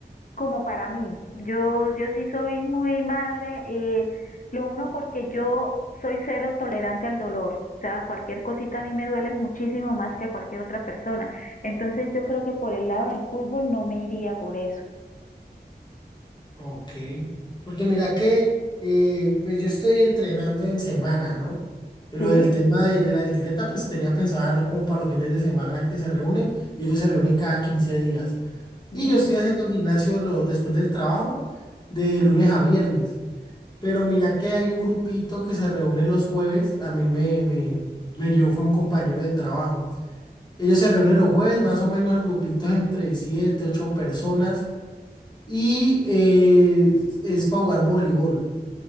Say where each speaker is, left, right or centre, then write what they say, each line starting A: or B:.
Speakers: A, on the left; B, on the left.
A: como para mí. Yo, yo sí soy muy madre, eh, lo uno porque yo soy cero tolerante al dolor. O sea, cualquier cosita a mí me duele muchísimo más que a cualquier otra persona. Entonces yo creo que por el lado del fútbol no me iría por eso.
B: Ok, porque mira que eh, pues yo estoy entrenando en semana, ¿no? Lo
A: ¿Sí?
B: del tema de, de la bicicleta, pues tenía pensado dejarlo como para los fines de semana que se reúnen y ellos se reúnen cada 15 días.
A: Mm,
B: Y yo estoy haciendo gimnasio lo- después del trabajo de lunes a viernes. Pero mira que hay un grupito que se reúne los jueves. A mí me, me, me llevó fue un compañero de trabajo. Ellos se reúnen los jueves, más o menos el grupito es entre 7, 8 personas y eh, es para jugar voleibol.